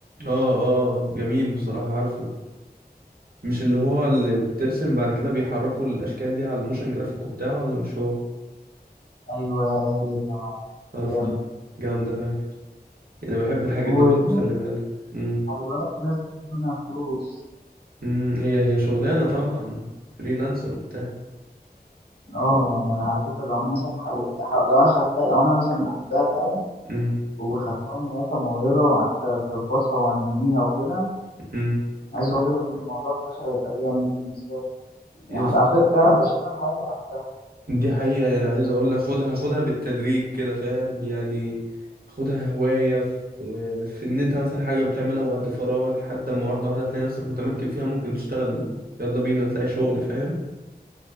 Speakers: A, on the right; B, on the left.
A: اه اه جميل بصراحة عارفه مش اللي هو اللي بترسم بعد كده بيحركوا الاشكال دي على الموشن جرافيك وبتاعه ولا مش هو
B: أيوه هي دي يا معلم
A: عرفتها
B: جامد
A: جامده فعلا يعني بحب الحاجات
B: وفي
A: دي برضه خلي
B: ناس
A: بالك امم
B: خلي بالك في ناس بتجيب منها فلوس
A: أمم، هي هي شغلانه طبعا فريلانسر وبتاع
B: اه يعني أنا على فكرة لو أنا مثلا حو... حو- لو أنا خدتها لو أنا مثلا بحبها فعلا
A: امم
B: وخدتها إن هي كموهبة وقعدت أظبطها وأنميها وكده
A: امم
B: عايز أقول لك إن الموضوع في الآخر هيبقى جامد بالنسبة لي
A: يا اسطى
B: هبقى ف- فعلا بشتغل حاجة بحبها
A: دي حقيقه يعني عايز اقول لك خدها خدها بالتدريج كده فاهم يعني خدها هوايه في في ان انت مثلا حاجه بتعملها وقت فراغك لحد اما واحده واحده تلاقي نفسك متمكن فيها ممكن تشتغل يلا بينا تلاقي شغل فاهم